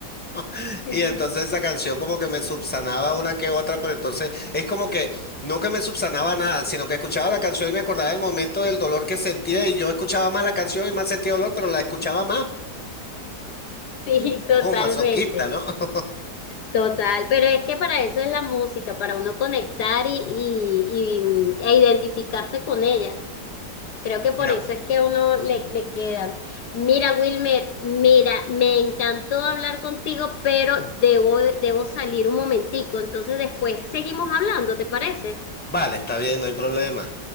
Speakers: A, on the left; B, in the centre.
A: <laughs>
B: <laughs> y entonces esa canción como que me subsanaba una que otra, pero entonces es como que no que me subsanaba nada, sino que escuchaba la canción y me acordaba del momento del dolor que sentía y yo escuchaba más la canción y más sentía dolor, pero la escuchaba más.
A: Sí, totalmente,
B: Como un masoquista, ¿no? <laughs>
A: total. Pero es que para eso es la música, para uno conectar y, y, y- mm, e identificarse con ella. Creo que
B: Mira,
A: por eso es que a uno le, le quedan. Mira, Wilmer, mira, me encantó hablar contigo, pero debo, debo salir un momentico. Entonces después seguimos hablando, ¿te parece?
B: vale, está bien, no hay problema.